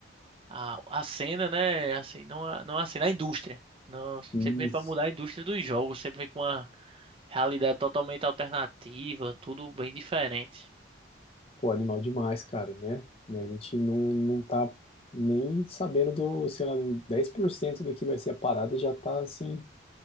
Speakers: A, on the right (about 30°); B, on the left (about 30°).
A: a, a cena, né? Assim, não a, não a cena, a indústria. Não, sempre
B: Isso.
A: vem para mudar a indústria dos jogos, sempre vem com uma realidade totalmente alternativa, tudo bem diferente.
B: Pô, animal demais, cara, né? A gente não, não tá nem sabendo do, sei lá, do 10% do que vai ser a parada e já tá assim,